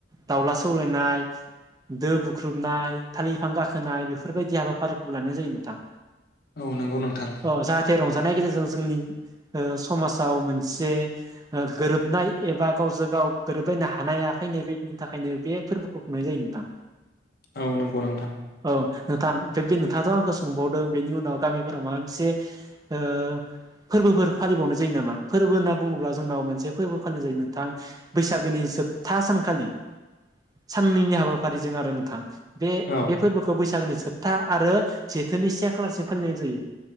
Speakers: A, on the right; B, on the left.
A: दाउला सौलायनाय दो बुख्रुबनाय थालिर बिफां गाखोनाय बेफोरबायदि हाबाफारिखौ लानाय जायो नोंथां
B: औ नंगौ नोंथां
A: अ जाहाथे रंजानाय गेजेरजों जोंनि ओ समाजाव मोनसे गोरोबनाय एबा गावजों गाव गोरोबलायनो हानाया फायनाय बायदिनि थाखायनो बे फोरबोखौ खुंनाय जायो नोंथां
B: औ नंगौ नोंथां
A: औ नोंथां बे नोंथाङाथ' आंखो सोंबावदों बेनि उनाव गामिफोराव माबा मोनसे ओ फोरबोफोर फालिबावनाय जायो नामा फोरबो होनना बुङोब्ला जोंनाव मोनसे फोरबो फालिनाय जायो नोंथां बैसागोनि जोबथा सानखालि साननैनि हाबाफारिजों आरो नोंथां बे
B: औ
A: बे फोरबोखौ बैसागोनि सो था आरो जेथोनि से खालारसिम फालिनाय जायो